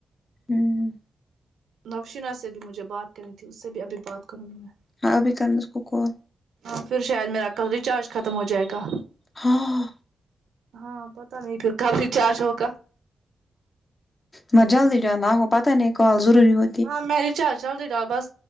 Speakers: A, on the left (about 35°); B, on the right (about 80°).
A: ہوں
B: نوشناہ سے بھی مجھے بات کرنی تھی اس سے بھی ابھی بات کروں گی میں
A: ہاں ابھی کرنا اسکو کال
B: ہاں پھر شاید میرا کل ریچارج ختم ہو جائے گا
A: ہاں
B: ہاں پتا نہیں پھر کب ریچارج ہو گا
A: میں جلدی جانا آو پتہ نہیں کال ضروری ہو
B: ہاں مل چارج چل رہ رہا بس